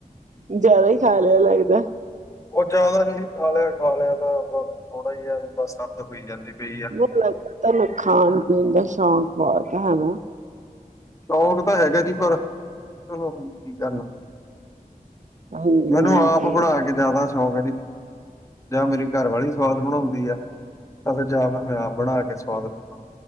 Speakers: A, on the right; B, on the left.
A: ਜਿਆਦਾ ਹੀ ਖਾ ਲਿਆ ਲੱਗਦਾ।
B: ਉਹ ਜਿਆਦਾ ਨਹੀਂ ਖਾ ਲਿਆ ਖਾ ਲਿਆ ਤਾਂ ਬਸ ਥੋੜਾ ਹੀ ਹੈ ਵੀ ਬਸ ਅਤ ਹੋਈ ਜਾਂਦੀ ਪਈ। ਆ,
A: ਲੱਗਦਾ ਤੁਹਾਨੂੰ ਖਾਣ ਪੀਣ ਦਾ ਸ਼ੌਕ ਬਹੁਤ ਹਨਾ।
B: ਸ਼ੌਕ ਤਾਂ ਹੈਗਾ ਜੀ ਪਰ ਚਲੋ ਹੁਣ ਕੀ ਕਰਨਾ।
A: ਹਾਂਜੀ
B: ਮੈਨੂੰ
A: ਹਾਂਜੀ
B: ਆਪ ਬਣਾ ਕੇ ਜਿਆਦਾ। ਸ਼ੌਕ ਹੈ ਜੀ ਜਾਂ ਮੇਰੀ ਘਰ ਵਾਲੀ ਸਵਾਦ ਬਣਾਉਂਦੀ ਆ। ਤਾਂ ਫਿਰ ਜਾ ਮੈਂ ਆਪ ਬਣਾ ਕੇ ਸਵਾਦ ਖਾਣਾ।